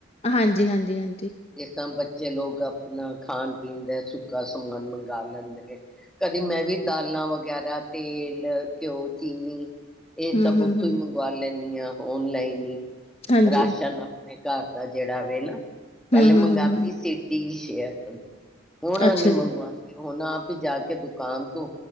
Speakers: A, on the left; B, in the centre.
A: ਹਾਂਜੀ ਹਾਂਜੀ ਹਾਂਜੀ
B: ਜਿਸ ਤਰਾਂ ਬੱਚ ਜ ਲੋਕ ਆਪਣਾ ਖਾਣ ਪੀਣ ਦਾ ਸੁੱਕਾ ਸਮਾਨ ਮੰਗਵਾ ਲੈਂਦੇ ਨੇ ਕਦੀ ਮੈਂ ਵੀ ਦਾਲਾਂ ਵਗੈਰਾ ਤੇਲ ਘਿਓ ਚੀਨੀ ਇਹ
A: ਹੂੰ,
B: ਸਭ
A: ਹੂੰ,
B: ਉੱਥੋਂ
A: ਹੂੰ,
B: ਹੀ ਮੰਗਵਾ ਲੈਂ ਜਾਂ ਔਨਲਾਈਨ ਹੀ।
A: ਹਾਂਜੀ।
B: ਰਾਸ਼ਨ ਆਪਣੇ ਘਰ ਦਾ ਜਿਹੜਾ ਵ ਨਾ ਪਹਿਲੇ
A: ਹੂੰ,
B: ਮੰਗਦੀ
A: ਹੂੰ, ਹੂੰ, ਹੂੰ,
B: ਸੀਡੀ <unintelligible> ਹੋਣਾ
A: ਅੱਛਾ
B: ਨ ਮਗਵਾ
A: ਜੀ।
B: ਹੁਣ ਆਪ ਹੀ ਜਾ ਕੇ ਦੁਕਾਨ ਤੋਂ